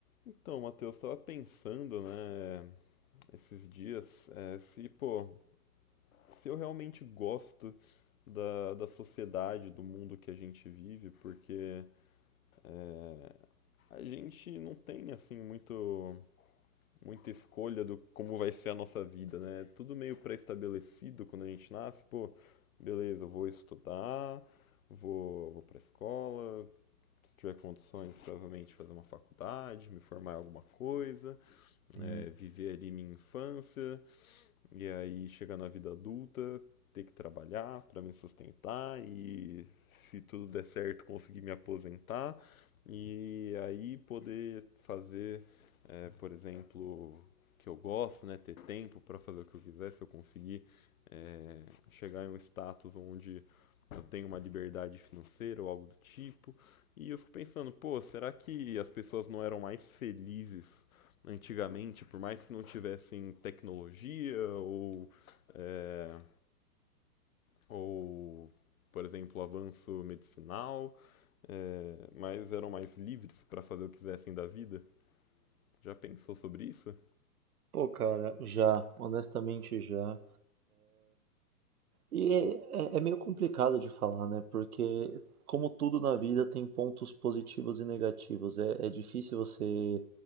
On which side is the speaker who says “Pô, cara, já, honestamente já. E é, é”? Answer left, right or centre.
Right